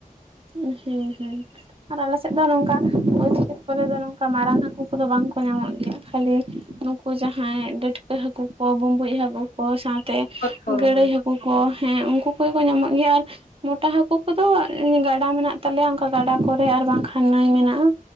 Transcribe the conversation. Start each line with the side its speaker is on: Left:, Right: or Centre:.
Right: ᱮᱸ ᱦᱮᱸ ᱦᱮᱸ ᱟᱨ ᱟᱞᱮᱥᱮᱫ ᱫᱚ ᱱᱚᱝᱠᱟ ᱵᱟᱹᱫᱽ ᱠᱷᱮᱛ ᱠᱚᱨᱮ ᱫᱚ ᱱᱚᱝᱠᱟ ᱢᱟᱨᱟᱝ ᱦᱟᱹᱠᱩ ᱠᱚᱫᱚ ᱵᱟᱝᱠᱚ ᱧᱟᱢᱚᱜ ᱜᱮᱭᱟ, ᱠᱷᱟᱹᱞᱤ ᱱᱩᱠᱩ ᱡᱟᱦᱟᱸᱭ ᱰᱟ. ᱴ ᱠᱟᱹ ᱦᱟᱹᱠᱩ ᱠᱚ ᱵᱩᱢᱵᱩᱡ ᱦᱟᱹᱠᱩ ᱠᱚ ᱥᱟᱶᱛᱮ
Left: ᱠᱚᱜᱼᱟ ᱦᱳᱭ
Right: ᱜᱟᱹᱲᱟᱹᱭ
Left: ᱦᱳᱭ ᱦᱳᱭ
Right: ᱦᱟᱹ ᱠᱩ ᱠᱚ ᱦᱮᱸ ᱩᱝᱠᱩ ᱠᱚᱜᱮ ᱠᱚ ᱧᱟᱢᱚᱜ ᱜᱮᱭᱟ, ᱟᱨ ᱢᱚᱴᱟ ᱦᱠᱩ ᱠᱚᱫᱚ ᱜᱟ ᱜᱟᱰᱟ ᱢᱮᱱᱟᱜ ᱛᱟᱞᱮᱭᱟ, ᱚᱝᱠᱟ ᱜᱟᱰᱟ ᱠᱚᱨᱮ ᱟᱨ ᱵᱟᱝᱠᱷᱟᱱ ᱱᱟᱹᱭ ᱢᱮᱱᱟᱜᱼᱟ,